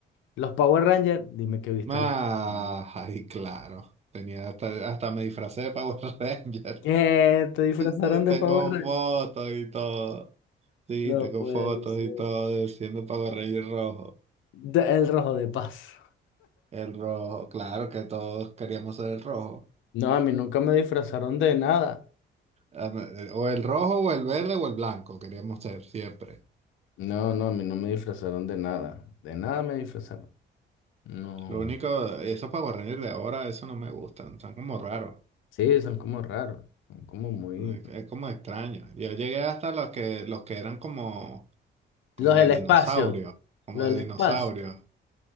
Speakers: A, on the left (about 80°); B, on the right (about 35°).
A: Los Power Rangers, dime que viste
B: Ah,
A: los Power Rangers.
B: ay, claro. Tenía hasta, hasta me disfracé de Power Ranger.
A: ¿Qué?
B: <laughs>
A: ¿Te disfrazaron
B: Sí,
A: de
B: tengo
A: Power Rangers?
B: fotos y todo. Sí,
A: No,
B: tengo
A: pues
B: fotos
A: eh,
B: y todo de siendo Power Ranger rojo.
A: de- el rojo de paz.
B: El rojo, claro que todos queríamos ser el rojo.
A: No, a mí nunca me disfrazaron de nada.
B: Ah, me- eh, O el rojo, o el verde, o el blanco queríamos ser siempre.
A: No, no, a mí no me disfrazaron de nada. De nada me disfrazaron. No.
B: Lo único, esos Power Rangers de ahora, eso no me gustan. Están como raros.
A: Sí, son como raros. Son como muy...
B: Es es como extraño. Yo llegué hasta los que, los que eran como, como
A: Los del
B: de
A: espacio.
B: dinosaurio. Como
A: Los
B: de
A: del
B: dinosaurio.
A: espacio.